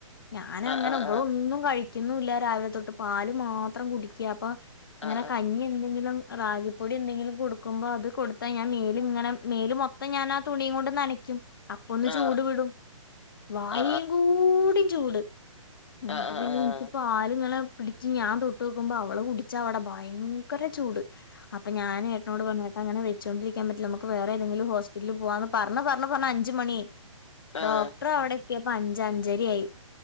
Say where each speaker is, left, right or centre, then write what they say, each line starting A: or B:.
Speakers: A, on the left (about 40°); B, on the left (about 60°).
A: ഞാനങ്ങനെ
B: ആ ആ ആ
A: ഇവളൊന്നും
B: ആ
A: കഴി ക്കുന്നുല്ല രാവിലെ തൊട്ട്. പാല് മാത്രം കുടിക്കാ. അപ്പ ഇങ്ങനെ
B: ആ
A: കഞ്ഞി ന്തെങ്കിലും റാഗിപ്പൊടി എന്തെങ്കിലും കൊടുക്കുമ്പോ അത് കൊടുത്താ ഞാൻ മേല് ഇങ്ങനെ മേല് മൊ ത്തം ഞാനാ ആ തുണിം കൊണ്ട് നനക്കും പ്പ ഒന്ന്
B: ആ ആ ആ
A: ചൂട് വിടും. വായേം
B: ആ
A: കൂടി ചൂട് ഇന്നട്ട്
B: ആ ആ
A: പിന്നെ ഇനിക്ക് പാലിങ്ങനെ പിടിച്ച് ഞാൻ തൊട്ട് നോക്കുമ്പോ അവള് കുടിച്ചാ അവടെ ഭയങ്കര ചൂട് അപ്പ ഞാന് ഏട്ടനോട് പറഞ്ഞു ങ്ങനെ വെച്ചുകൊണ്ടിരിക്കാൻ പറ്റില്ല നമക്ക് വേറെ ഏതെങ്കിലും ഹോസ്പിറ്റിലിൽ പോവാന്ന് പറഞ്ഞ് പറഞ്ഞ് പറഞ്ഞ് അഞ്ച് മണിയായി
B: ആ ആ
A: ഡോക്ടറ് അവട എത്തിയപ്പ അഞ്ച് അഞ്ചരയായി.